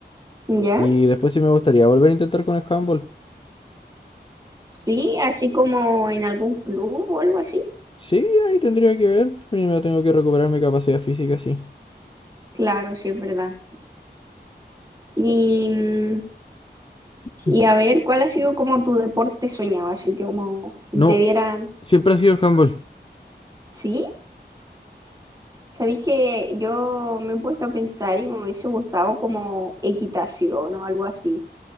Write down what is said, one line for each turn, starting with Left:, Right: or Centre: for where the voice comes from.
Right: ¿Ya?
Left: Y después sí me gustaría volver a intentar con el handball.
Right: Sí, así como en algún club o algo así.
Left: Sí, ahí tendría que ver. Primero tengo que recuperar mi capacidad física, sí.
Right: Claro, sí es verdad. Y, mm, y
Left: Mm.
Right: a ver, ¿cuál ha sido como tu deporte soñado? Así que como si
Left: No,
Right: te dieran,
Left: siempre ha sido el handball.
Right: ¿sí? Sabéis que yo me he puesto a pensar y me hubiese gustado como equitación o algo así.